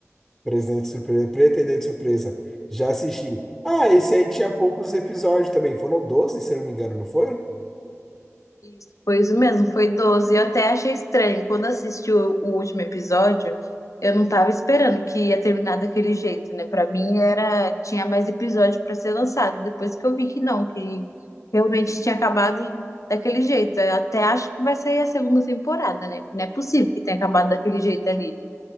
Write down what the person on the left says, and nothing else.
Isso, foi isso mesmo, foi doze Eu até achei estranho. Quando assisti o, o último episódio, eu não tava esperando que ia terminar daquele jeito, né? Pra mim era, tinha mais episódio pra ser lançado. Depois que eu vi que não, que realmente tinha acabado daquele jeito. Eu até acho que vai sair a segunda temporada, né? Não é possível que tenha acabado daquele jeito ali.